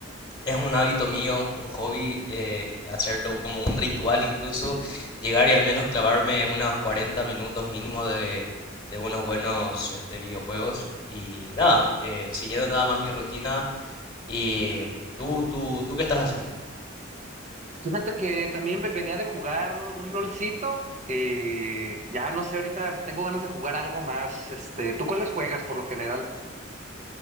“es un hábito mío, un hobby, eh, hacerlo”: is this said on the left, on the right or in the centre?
Left